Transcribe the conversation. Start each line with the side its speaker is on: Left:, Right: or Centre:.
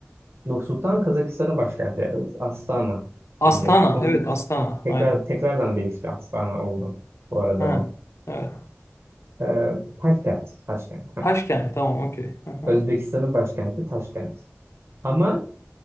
Right: Nur Sultan Kazakistan'ın başkenti. Evet, Astana
Left: Astana.
Right: şimdi. O
Left: Evet Astana.
Right: tekrar
Left: Aynen.
Right: tekrardan değişti. Astana oldu bu arada
Left: Ha.
Right: o.
Left: Evet.
Right: Ee, Taşkent. Taşkent. heh.
Left: Taşkent. Tamam okey. Hı hı.
Right: Özbekistan'ın başkenti Taşkent. Ama